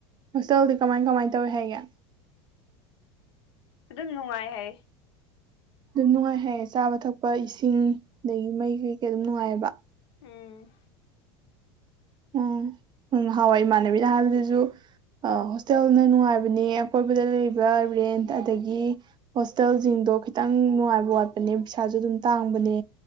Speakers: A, on the right (about 30°); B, on the left (about 70°).
A: ꯍꯣꯁꯇꯦꯜꯗꯤ ꯀꯃꯥꯏ ꯀꯃꯥꯏ ꯇꯧꯏ ꯍꯥꯏꯒꯦ
B: ꯑꯗꯨꯝ ꯅꯨꯡꯉꯥꯏ ꯍꯥꯏ
A: ꯑꯗꯨꯝ ꯅꯨꯡꯉꯥꯏ ꯍꯥꯏꯌꯦ ꯆꯥꯕ ꯊꯛꯄ ꯏꯁꯤꯡ ꯑꯗꯒꯤ ꯃꯩ ꯀꯩ ꯀꯩ ꯑꯗꯨꯝ ꯅꯨꯡꯉꯥꯏꯕ
B: ꯎꯝ
A: ꯎꯝ ꯉꯥꯍꯥꯋꯥꯏ ꯏꯃꯥꯟꯅꯕꯤꯅ ꯍꯥꯏꯕꯗꯖꯨ ꯑꯥ ꯍꯣꯁꯇꯦꯜꯅ ꯅꯨꯡꯉꯥꯏꯕꯅꯦ ꯑꯀꯣꯏꯕꯗ ꯂꯩꯔꯤꯕ ꯔꯦꯟꯠ ꯑꯗꯒꯤ ꯍꯣꯁꯇꯦꯜꯖꯤꯡꯗꯣ ꯈꯤꯇꯪ ꯅꯨꯡꯉꯥꯏꯕ ꯋꯥꯠꯄꯅꯦ ꯄꯩꯁꯥꯖꯨ ꯑꯗꯨꯝ ꯇꯥꯡꯕꯅꯦ